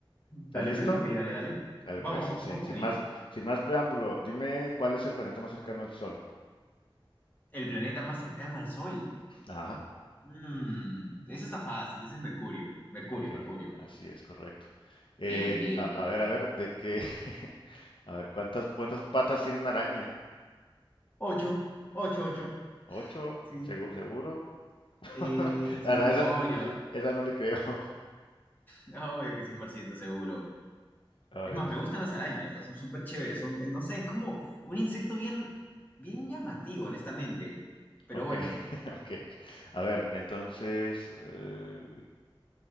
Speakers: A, on the left; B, on the left.
A: Dale,
B: ¿Estás listo?
A: pues, ok, dale, dale.
B: Dale,
A: Vamos,
B: pues,
A: vamos,
B: si- sin,
A: vamos con
B: sin
A: ello.
B: más, sin más preámbulo, dime cuál es el planeta más cercano al Sol.
A: El planeta más cercano al Sol.
B: Ajá,
A: Mmm, eso está fácil, ese es Mercurio. Mercurio,
B: ok,
A: Mercurio.
B: así es correcto. Eh,
A: Bien, bien,
B: a, a
A: bien.
B: ver, a ver, de qué, <laughs> a ver, ¿cuántas, cuántas patas tiene una araña?
A: Ocho, ocho, ocho.
B: ¿Ocho?
A: Sí.
B: ¿Segu- ¿Seguro? <laughs>
A: Eh,
B: La
A: sí,
B: verdad, esa,
A: obvio.
B: esa no le creo. <laughs>
A: Obvio que 100% seguro.
B: A ver,
A: Es más, me
B: sí,
A: gustan las arañas, ¿no? son súper chéveres, son, eh, no sé, es como un insecto bien, bien llamativo, honestamente. Pero
B: ok,
A: bueno,
B: <laughs> ok, ok. A ver, entonces, eh,